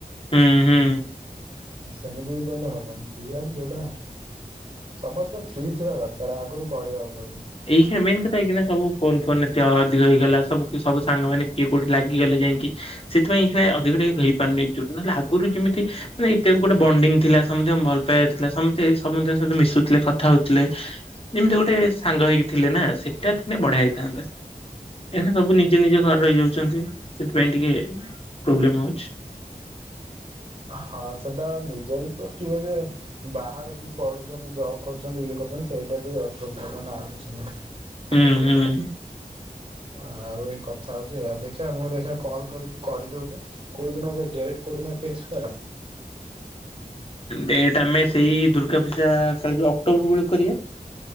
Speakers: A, on the left; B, on the right.
A: ହୁଁ ହୁଁ।
B: ସେମିତି ବି କଲେ ହବନି, ଦି ଆଡୁ ଯୋଉଟା ସମସ୍ତେ ଫ୍ରି ଥିବା ଦରକାର, ଆଗରୁ କହିବାକୁ ପଡିବ।
A: ଏଇଖିନା ମେନ୍ କଥା ହେଇକିନା ସବୁ ଫୋନ୍ ଫୋନ୍ ଏତେ ଅଧିକ ହେଇଗଲା, ସବୁ ସବୁ ସାଙ୍ଗ ମାନେ କିଏ କୋଉଠି ଲାଗିଗଲେ ଯାଇକି ସେଥିପାଇଁ ଏହିକିନା ଅଧିକ ଟିକେ ହେଇପାରୁନି ଏକ୍ଜୁଟ୍ ନଲେ ଆଗରୁ ଯେମିତି ମାନେ ଏ ଟାଇମ୍ ଗୋଟେ ବଣ୍ଡିଙ୍ଗ ଥିଲା ସମତିଙ୍କ ଭଲ ପାଇବା ଥିଲା ସମସ୍ତେ ସମସ୍ତେଙ୍କ ସହିତ ମିଶୁ ଥିଲେ କଥା ହଉଥିଲେ ଯେମିତି ଗୋଟେ ସାଙ୍ଗ ହେଇକି ଥିଲେ ନା ସେଟା ଥିନେ ବଢିଆ ହେଇଥାନ୍ତା। ଏନା ସବୁ ନିଜେ ନିଜ ଘରେ ରହିଯାଉଛନ୍ତି, ସେଥିପାଇଁ ଟିକେ ପ୍ରୋବ୍ଲେମ ହଉଛି।
B: ହଁ ସେଟା ନିଜର କିଏରେ ବାହାରେ ବି ପଳେଇଛନ୍ତି ଜବ୍ କରୁଛନ୍ତି, ଇଏ କରୁଛନ୍ତି ସେଇଟା ଅସୁବିଧା, ନହେନେ ଆଉ କିଛି ନାହିଁ। <inaudible>
A: ହୁଁ
B: ସେ
A: ହୁଁ
B: <inaudible> ଆଉ ଏଇ କଥା ହଉଚି ଏଆ ଦେଖିବା ମୁଁ ଦେଖିବା କଲ୍ କରିକି କହିଦଉଛି କୋଉ ଦିନ ଗୋଟେ ଡେଟ୍ କୋଉଦିନ ଫିକ୍ସ କର?
A: ଡେଟ୍ ଆମେ ସେଇ ଦୁର୍ଗା ପୂଜା କାଲି ଅକ୍ଟୋବର ବେଳକୁ କରିବା।